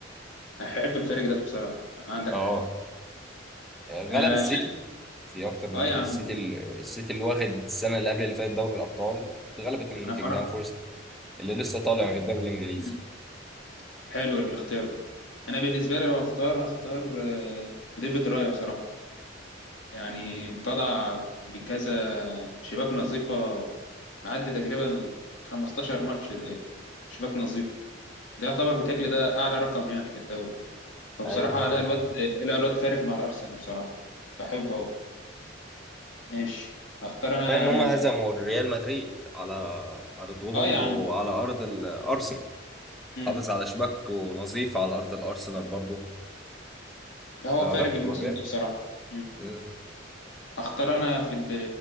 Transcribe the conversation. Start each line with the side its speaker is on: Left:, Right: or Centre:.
Left: أحب الفريق ده بصراحة عندك
Centre: اه
Left: حق
Centre: غلب
Left: آه
Centre: السيتي
Left: شايف
Centre: في اكتر من
Left: أه
Centre: كده
Left: يا عم
Centre: السيتي ال- السيتي اللي واخد السنه اللي قبل اللي فاتت دوري الابطال اتغلبت من
Left: أنا
Centre: نوتنجهام
Left: فرح
Centre: فورست اللي لسه طالع من الدوري الانجليزي
Left: مم. حلو الاختيار ده أنا بالنسبة لي لو هختار هختار آه، ديفيد رايا بصراحة يعني مطلع بكذا شباك نظيفة معدي تقريبا 15 ماتش إيه، شباك نظيف ده يعتبر بتجلي ده أعلى رقم يعني في الدوري فبصراحة
Centre: ايوه فعلا
Left: لا الواد لا الواد فارق مع الأرسنال بصراحة بحبه أوي ماشي أختار أنا
Centre: فان هم هزموا ريال مدريد على ارضهم
Left: آه يا عم
Centre: وعلى ارض الارسنال
Left: مم.
Centre: حافظ على شباك ونظيف على ارض الارسنال برضه
Left: ده هو
Centre: فلا
Left: فارق الموسم
Centre: هو جامد
Left: ده بصراحة مم.
Centre: مم.
Left: أختار أنا في الد-